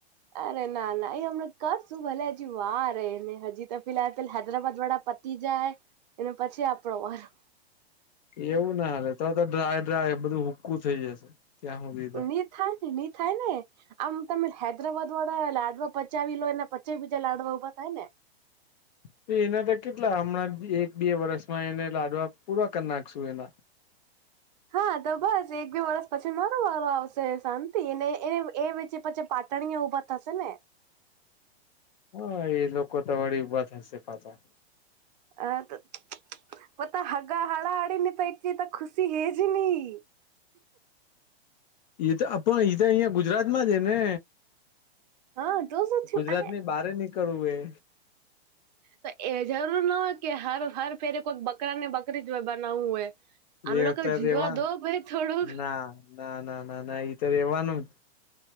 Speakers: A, on the right; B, on the left.
A: અરે ના ના એ હમણા કરશું ભલે હજી વારને હજી તો ફિહાલ પે હૈદરાબાદ વાળા પ પતી જાય એને પછી આપણો વારો.
B: એવું ના હાલે તો તો ડ્રાય ડ્રાય બધું હુકું થઈ જશે ત્યાં હુધી.
A: ની થાય ને ની થાય ને આમ તમે હૈદરાબાદ હૈદરાબાદ વાળા લાડવા પચાવી લો ને પચાવી બીજા લાડવા ઊભા થાય ને.
B: તો એના તો કેટલા હમણાં એક બે વર્ષમાં એને લાડવા પૂવા કરી નાખશું એના.
A: હા તો બસ એક બે વરસ પછી મારો વારો આવશે શાંતિ અને એને એ વેચે પછી પાટણિયા ઉભા થશે ને.
B: હા એ લોકો તો વળી ઊભા થશે પાછા.
A: આ તો મત સગા હાડા હાડી પથી તો ખુશી હેજ ની.
B: એ તો આપણ ઈ તો અહ્યા ગુજરાતમાં છે ને.
A: હા તો શું થયું
B: ગુજરાતની
A: અરે
B: બારે નીકળવું એ.
A: તો એ જરૂર નો હોય કે હર હર ફેરે કોઈક બકરા ને બકરી જ બનાવવું હોય. આમે
B: એ
A: લોકો
B: એ તો
A: જીવા
B: રેવા
A: દો ભય થોડું.
B: ના ના ના ના ઈ તો રેવાનું.